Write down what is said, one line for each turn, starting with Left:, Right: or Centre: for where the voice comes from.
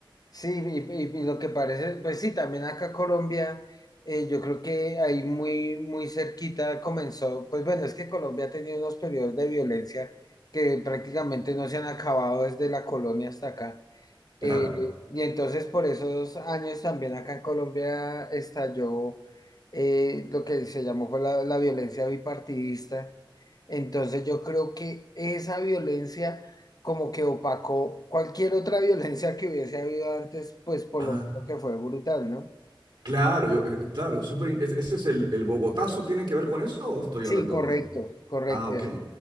Left: Sí, y, y- y lo que parece, pues sí, también acá Colombia, eh, yo creo que ahí muy, muy cerquita comenzó, pues bueno, es que Colombia ha tenido unos periodos de violencia que prácticamente no se han acabado desde la colonia hasta acá.
Right: Claro.
Left: Eh, y entonces por esos años también acá en Colombia estalló eh, lo que se llamó fue la, la violencia bipartidista entonces yo creo que esa violencia como que opacó cualquier otra <laughs> violencia que hubiese habido antes, pues por
Right: Ah,
Left: lo menos que fue brutal, ¿no?
Right: claro, yo, eh, claro, súper in- ese ese es el, el Bogotazo, ¿tiene que ver con eso o estoy
Left: Sí,
Right: hablando?
Left: correcto, correcto.
Right: Ah, ok.
Left: Es-